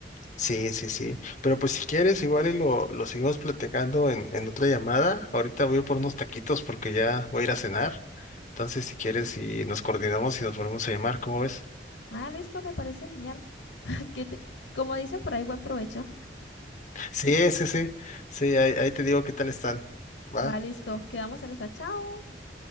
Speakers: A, on the left; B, on the left.
A: Sí, sí, sí. sí. Pero pues si quieres, igual y lo, lo seguimos platicando en, en otra llamada. Ahorita voy por unos taquitos porque ya voy a ir a cenar. Entonces, si quieres, y nos coordinamos y nos volvemos a llamar, ¿cómo ves?
B: Ah, listo, me parece genial. <laughs> Que te- como dicen por ahí, buen provecho.
A: Sí, sí, sí. Sí, ahí, ahí te digo qué tal están. Va.
B: Va, listo, quedamos en esa. Chao.